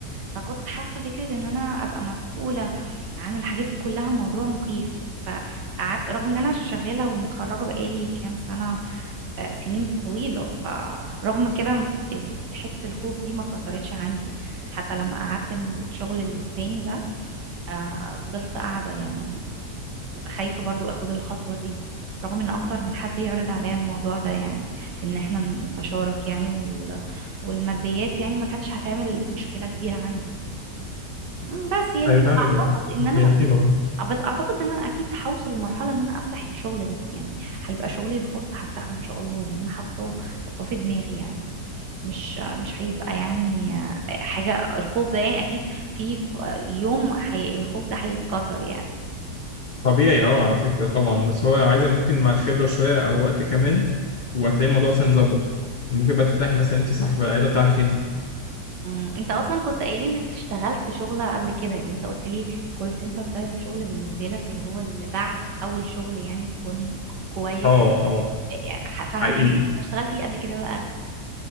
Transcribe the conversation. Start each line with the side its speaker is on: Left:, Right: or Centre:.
Right: فكنت حاسه فكره ان انا ابقى مسؤوله عن الحاجات دي كلها موضوع مخيف فقعدت رغم ان انا شغاله ومتخرجه بقالي كام سنه آه، سنين طويلة فرغم كده ال- حتة الخوف دي ما اتكسرتش عندي حتى لما قعدت من الشغل التاني ده آه، فضلت قاعدة يعني خايفة برضو اخد الخطوة دي رغم ان اكتر من حد يعرض عليا الموضوع ده يعني ان احنا نتشارك يعني وال... والماديات يعني ما كانتش هتعمل مشكلة كبيرة عندي مم، بس يعني
Left: هيفهمك
Right: بس اعتقد
Left: بقى
Right: ان انا
Left: يا لطيفه بقى
Right: بس اعتقد ان انا اكيد هوصل لمرحلة ان انا افتح الشغل ده يعني هيبقى شغلي الخاص هفتحه ان شاء الله يعني انا حاطاه حاطاه في دماغي يعني مش مش هيبقى يعني حاجة الخوف ده يعني أكيد في ف- يوم حي الخوف ده هيتكسر يعني
Left: طبيعي اه على فكرة طبعا بس هو عايزة ممكن مع الخبرة شوية أو وقت كمان وهتلاقي الموضوع أصلا اتظبط ممكن بقى تفتحي مثلا أنت صاحبة العيادة بتاعتك أنت
Right: أمم، انت اصلا كنت قايل انك اشتغلت شغلة قبل كده يعني انت قلت لي الكول سنتر ده الشغل بالنسبة لك اللي هو اللي بعد اول شغل يعني يكون ك- كويس
Left: اه اه
Right: يعني ح-
Left: حقيقي
Right: فهمت انت اشتغلت ايه قبل كده بقى